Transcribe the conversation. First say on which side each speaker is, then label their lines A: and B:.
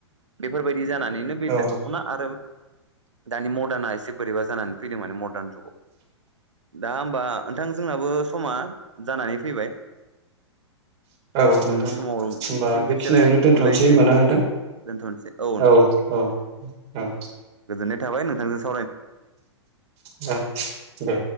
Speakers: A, on the right; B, on the right.
A: बेफोरबायदि दि जानानैनो बे
B: औ
A: दख'ना आरो दानि मडार्ना एसे बोरैबा जानानै फैदों मे मडार्न दा होनबा नोंथां जोंनाबो समा जानानै फैबाय
B: औ नोंथां
A: उन समाव
B: होनबा
A: फिन
B: बेखिनियावनो
A: खेबसे रायज्लायफिनबावलायनोसै
B: दोन दथ'नोसै होनबा ना नोंथां
A: दोनथ'नोसै नोंथां
B: औ औ औ
A: ननाय थाबाय नोंथां
B: औ दे